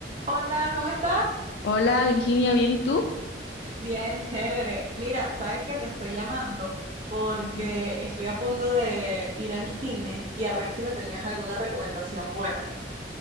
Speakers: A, on the right; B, on the left.
A: Hola, ¿cómo estás?
B: Hola Virginia, ¿bien y tú?
A: Bien, chévere. Mira, sabes que te estoy llamando porque
B: Ujú.
A: estoy a punto de ir al cine y a ver si me tenías alguna recomendación buena.